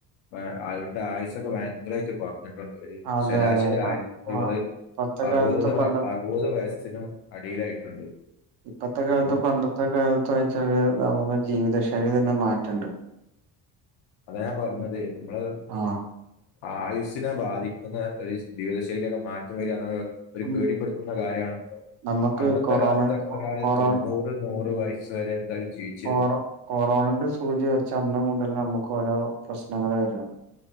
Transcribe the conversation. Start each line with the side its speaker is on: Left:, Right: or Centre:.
Left: ആ, അവരുടെ ആയുസൊക്കെ ഭയങ്കരമായിട്ട് കൊറഞ്ഞ്
Right: അതെ
Left: ശരാശരി
Right: അതെ പ
Left: ആയുസ്സ് എന്നുള്ളത്
Right: ആ ഇപ്പത്തെ
Left: അറുപ
Right: കാലത്ത് പണ്ട
Left: അറുപത് വയസ്സിന് അടിയിലായിട്ടുണ്ട്
Right: ഇപ്പത്തെ കാലത്ത്
Left: അപ്പൊ
Right: പണ്ടത്തെ കാലത്ത വെച്ചാല് നമ്മുടെ ജീവിത ശൈലി തന്നെ മാറ്റണ്ട്.
Left: അത ഞാൻ പറഞ്ഞത് നമ്മള്
Right: ആ
Left: ആയുസിനെ ബാധിക്കുന്ന ഒരു ജീവിതശൈലിയൊക്കെ മാറ്റം വരിക ഒരു
Right: ഉം
Left: പേടിപ്പെടുത്തുന്ന കാര്യണല്ലോ
Right: നമുക്ക്
Left: പണ്ടത്തെ
Right: കൊറോണ
Left: കാലത്തൊക്കെ ഒരാള്
Right: കൊറോ
Left: തെണ്ണൂർ. തൊണ്ണൂർ നൂറ് വയസ്സ് വരെ എന്തായാലും ജീവിച്ചു
Right: കൊറോ കൊറോണന്റെ സൂചി വെച്ച അന്ന് മുതൽ നമുക്ക് ഓരോ പ്രശ്നങ്ങൾ വരണ്